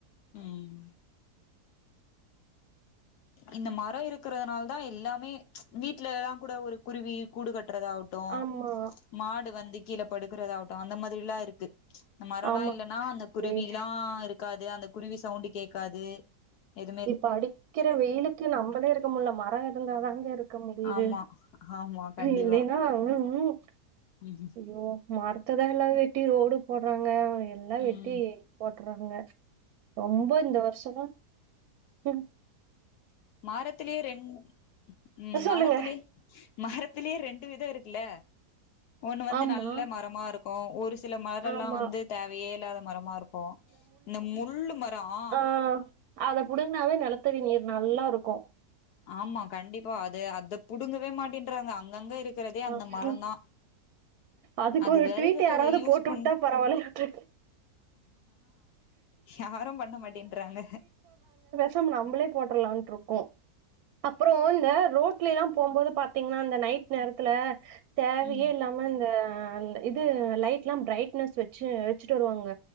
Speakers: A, on the left; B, on the right.
A: உம் இந்த மரொ இருக்கிறதுனால தா எல்லாமே வீட்லலா கூட ஒரு குருவி கூடுகட் றதாகட்டு
B: ஆமா
A: மாடு வந்து கீழ படுக்றதாவட்டு அந்த மாதிரிலா இருக்கு இந்த மரொல்லா
B: ஆமா
A: இல்லனா அந்த குருவிய்ல்லா
B: வெய்
A: இருக்காது து அந்த குருவி சவுண்ட்டு கேக்காது எத்
B: இப்ப அடிக்கிற வெயிலுக்கு நம்மளே இருக்க முடில மரொ இருந்தாதாங்க இருக்க முடியுது
A: ஆமா ஆமா கண்டிப்பா
B: இல்லைன்னா ம் ம்
A: ம்
B: அய்யோ மரத்ததா எல்லா வெட் ட்டி ரோடு போட்றாங்க எல்லா
A: ம்
B: வெட்டி போட் ட்றாங்க ரொம்பொ இந்த வருஷ்ஷோ உம்
A: மரத்திலயே ரெண் உம்
B: அ சொல்லுங்க
A: மரத்திலே மரத்திலயே ரெண்டு விதம் இருக் குல்ல ஒண்ணு வந்து
B: ஆமா
A: நல்ல மரமா இரு க்கு சில மரம்லாம்
B: ஆமா
A: வந்து தேவையே இல்லாத மரமா இருக்கும் இந்த முள்ளு மரம்
B: ஆ அத புடுங்கனாவே நிலத்தடி நீர் நல்லா இருக்கும்
A: ஆமா கண்டிப்பா அது அத புடுங்கவே மா ட்டேன்ங்க அங்கங்க இருக்கிறதே அந்த
B: ஆமா
A: மர தான்
B: அதுக்கு
A: அது
B: ஒரு
A: வெறகுக
B: ட்வீட் யாராவது
A: யூஸ்
B: போட்டு
A: பண்ஹ
B: விட்டா பரவாயில்லன்ட்டு
A: யாரும் பண்ண மாட்டேன்றாங்க
B: ம நம்ளே போட்டுரலாம் க்கும் அப்புறம் இந்த ரோட்ல எல்லாம் போகும்போது பாத்தீங்கன்னா இந்த நைட் நேரத்துல தேவையே
A: ம்
B: இல்லாம இங்க அ இது லைட்லாம் பிரைட்னஸ் வச்சு வச்சுட்டு வருவாங்க